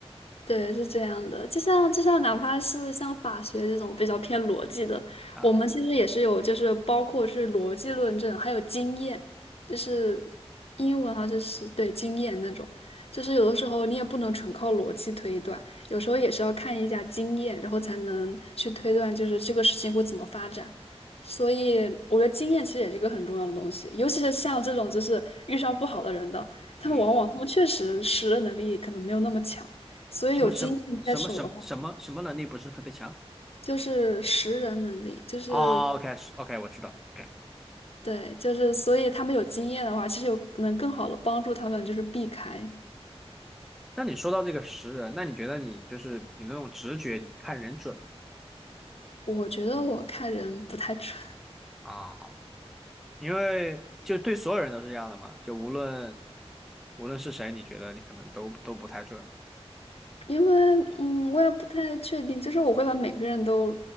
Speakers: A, on the left; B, in the centre.
A: 对，是这样的，就像就像哪怕是像法学这种比较偏逻辑的，
B: 啊。
A: 我们其实也是有，就是包括是逻辑论证，还有经验，就是英文哈，就是对经验那种，就是有的时候你也不能纯靠逻辑推断，有时候也是要看一下经验，然后才能去推断，就是这个事情会怎么发展。所以我觉得经验其实也是一个很重要的东西，尤其是像这种就是遇上不好的人的，他们往往他们确实识人能力可能没有那么强。
B: 嗯。
A: 所以有经验在手的话，
B: 什么什什么什么什么什么能力不是特别强？
A: 就是识人能力，就是
B: 哦，OK OK，我知道。OK，
A: 对，就是所以他们有经验的话，其实有能更好的帮助他们，就是避开。
B: 那你说到这个识人，那你觉得你就是你那种直觉，你看人准吗
A: 我觉得我看人不太准，
B: 啊？因为就对所有人都是这样的嘛，就无论无论是谁，你觉得你可能都都不太准嘛。
A: <laughs> 因为嗯，我也不太确定，就是我会把每个人都